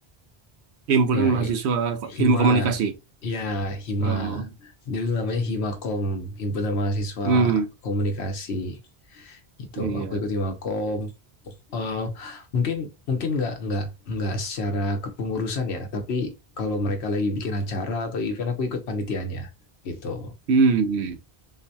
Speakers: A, on the right; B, on the left.
A: himpunan
B: ya
A: mahasiswa
B: i- Hima,
A: ilmu komunikasi
B: Hmm. ya Hima.
A: oh
B: Dulu namanya Himakom, himpunan mahasiswa
A: hmm
B: komunikasi gitu.
A: iya
B: Aku ikut Himakom. Eh, mungkin mungkin nggak nggak nggak secara kepengurusan ya, tapi kalau mereka lagi bikin acara atau event, aku ikut panitianya gitu.
A: hmm hmm.